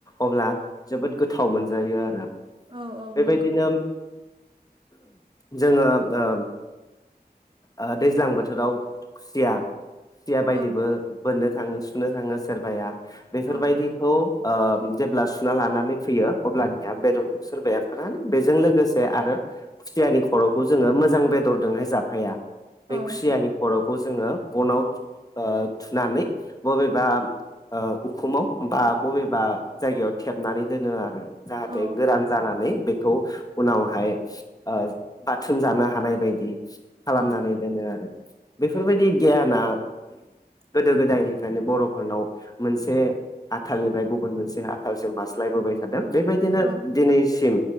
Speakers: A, on the left; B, on the right.
A: अब्ला जोबोद गोथाव मोन जायो आरो
B: औ औ
A: बेबायदिनो
B: नंगौ
A: जोङो ओ ओ दैज्लां बोथोराव खुसिया खुसिया बायदिबो
B: औ
A: बोननो थाङो सु नो थाङो सोरबाया बेफोरबायदिखौ
B: औ
A: ओ जेब्ला सुना लानानै फैयो अब्लानिया बेदर सोरबाया फोरानो बेजों लोगोसे आरो खुसियानि खर'खौ जोङो मोजां बेदरदोंहाय जा फाया बे
B: औ
A: खुसियानि खर'खौ जोङो बनाव ओ थुनानै बबेबा ओ उखुमाव बा बबेबा जायगायाव थेबनानै दोनो आरो जाहाथे
B: औ
A: गोरान जानानै बे खौ उनावहाय ओ बाथोन जानो हानाय बायदि खालामनानै
B: औ
A: दोनो आरो बेफोरबायदि गियाना गोदो गोदायनिफ्रायनो बर'फोरनाव मोनसे आथालनिफ्राय गुबुन मोनसे आथालसिम बास्लायबोबाय थादों बेबायदिनो
B: औ
A: दिनैसिम